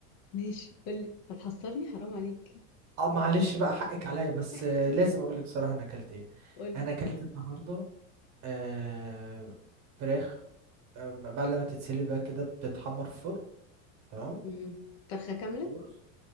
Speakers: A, on the left (about 50°); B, on the right (about 40°).
A: ماشي قول لي هتحصرني حرام عليك
B: اه معلش بقى حقك عليا بس
A: <laughs>
B: آه، لازم اقول لك بصراحه انا اكلت ايه
A: قول
B: انا
A: لي
B: اكلت النهارده آه فراخ آه بعد لما تتسلي بقى كده بتتحمر في الفرن تمام
A: امم فرخه كامله
B: ورز